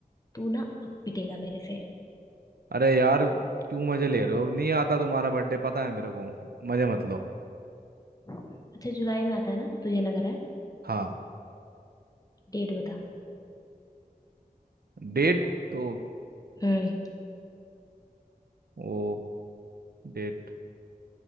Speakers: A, on the left; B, on the right.
A: तू ना अब पिटेगा मेरे से
B: अरे यार क्यों मजे ले रहे हो नहीं आता तुम्हारा बर्थडे पता है मेरे को मजे मत लो
A: अच्छा जुलाई में आता है ना तुझे लग रहा है
B: हाँ
A: डेट बता
B: डेट तो
A: हम्म
B: वो डेट